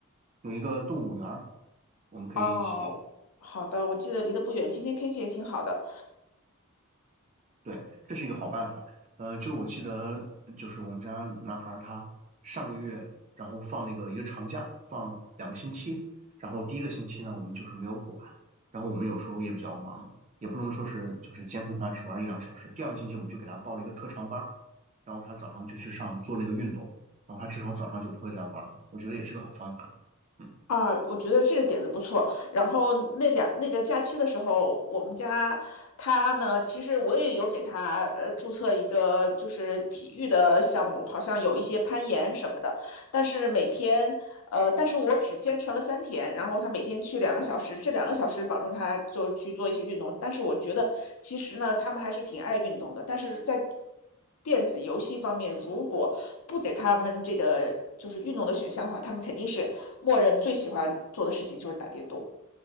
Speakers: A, on the right (about 35°); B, on the left (about 80°).
A: 有一个动物园儿，我们可以一起，
B: 哦，好的，我记得离得不远，今天天气也挺好的
A: 对，这是一个好办法。呃，就是我记得，就是我们家男孩儿他上个月，然后放那个一个长假，放两个星期，然后第一个星期呢，我们就是没有管，然后我们有时候也比较忙，也不能说是就是监控他只玩一两小时。第二个星期我们就给他报了一个特长班儿然后他早上就去上做那个运动，然后他至少早上就不会再玩了。我觉得也是个好方法。嗯。
B: 啊，我觉得这个点子不错。然后那两那个假期的时候，我们家他呢，其实我也有给他呃注册一个就是体育的项目，好像有一些攀岩什么的。但是每天呃，但是我只坚持了三天，然后他每天去两个小时，这两个小时保证他就去做一些运动。但是我觉得其实呢，他们还是挺爱运动的，但是在电子游戏方面，如果不给他们这个就是运动的选项的话，他们肯定是默认最喜欢做的事情就是打电动。